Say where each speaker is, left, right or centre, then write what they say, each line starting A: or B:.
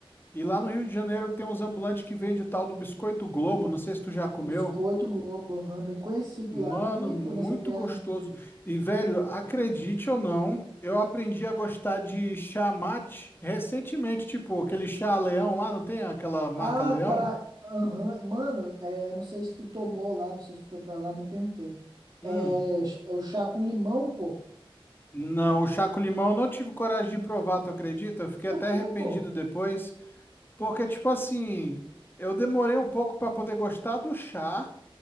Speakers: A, on the left; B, on the right.
A: e lá no Rio de Janeiro tem uns ambulantes que vendem o tal do Biscoito Globo, não sei se tu já comeu.
B: Biscoito Globo, aham, bem conhecido
A: Mano,
B: lá. Comi,
A: muito
B: pô, nessa viagem.
A: gostoso. E, velho, acredite ou não, eu aprendi a gostar de chá mate recentemente, tipo, aquele chá Leão lá, não tem aquela marca
B: Ah,
A: Leão?
B: tá. Aham. Mano, é, não sei se tu tomou lá, não sei se tu foi pra lá, nem perguntei.
A: Hum,
B: É, ch- é o chá com limão, pô.
A: Não, o chá com limão eu não tive coragem de provar, tu acredita? Eu fiquei
B: Por
A: até
B: quê,
A: arrependido
B: pô?
A: depois, porque, tipo assim, eu demorei um pouco pra poder gostar do chá,